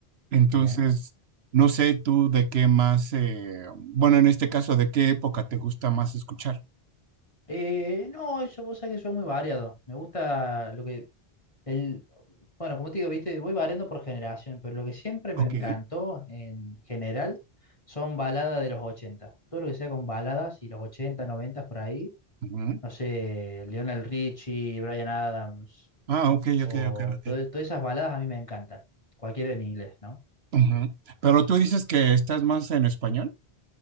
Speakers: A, on the right; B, on the left.
A: Entonces,
B: bien.
A: no sé tú de qué más, eh, bueno, en este caso, de qué época te gusta más escuchar.
B: Eh, no, eso vos sabés que soy muy variado. Me gusta lo que... El, bueno, como te digo, viste, voy variando por generación, pero lo que siempre me
A: Ok.
B: encantó en general son baladas de los ochenta Todo lo que sea con baladas y los 80 90 por ahí.
A: ujú.
B: No sé, Lionel Richie, Bryan Adams,
A: Ah, ok,
B: o
A: ok, ok, ok.
B: todo- todas esas baladas a mí me encantan. Cualquiera en inglés, ¿no?
A: Ujú. Pero tú dices que estás más en español.